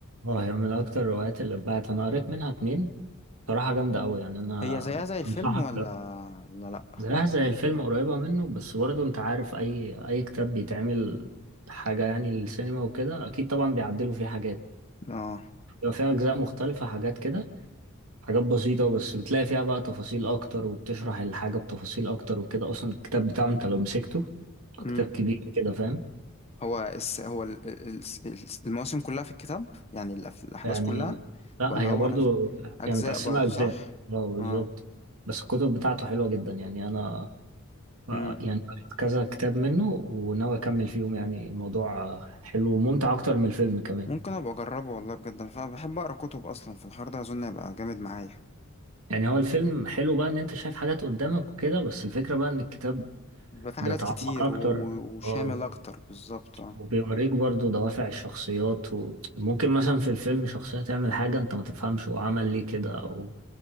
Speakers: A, on the right (about 70°); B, on the left (about 30°).
A: اه هي من أكتر الروايات اللي اتباعت أنا قريت منها اتنين صراحة جامدة أوي يعني أنا
B: هي زيها زي الفيلم
A: أنصحك
B: ولا لا لا
A: زيها زي الفيلم قريبة منه بس برضه انت عارف اي اي كتاب بيتعمل حاجة يعني للسينما وكده اكيد طبعا بيعدلوا فيه حاجات
B: اه
A: بيبقى فيها اجزاء مختلفة حاجات كده حاجات بسيطة بس بتلاقي فيها بقى تفاصيل اكتر وبتشرح الحاجة بتفاصيل اكتر وكده اصلا الكتاب بتاعه انت لو مسكته
B: امم
A: كتاب كبير كده فاهم
B: هو الس... هو ال... ال- ال- المواسم كلها في الكتاب يعني الأف- الاحداث
A: يعني
B: كلها
A: لا
B: ولا
A: هي
B: هو
A: برضه
B: نز... اجزاء
A: هي متقسمة
B: برضو
A: اجزاء
B: صح
A: اه بالظبط
B: اه
A: بس الكتب بتاعته حلوة جدا يعني انا آه،
B: امم
A: يعني قريت كذا كتاب منه وناوي اكمل فيهم يعني الموضوع آه، حلو وممتع اكتر من الفيلم كمان
B: ممكن ابقى اجربه والله بجد انا فعلا بحب اقرا كتب اصلا في الحوار ده اظن هيبقى جامد معايا
A: يعني هو الفيلم حلو بقى ان انت شايف حاجات قدامك وكده بس الفكرة بقى ان الكتاب
B: بيبقى في حاجات
A: بيتعمق
B: كتير
A: اكتر
B: و... وشامل
A: اه
B: اكتر بالظبط اه
A: وبيوريك برضو دوافع الشخصيات وممكن مثلا في الفيلم شخصية تعمل حاجة انت ما تفهمش هو عمل ليه كده او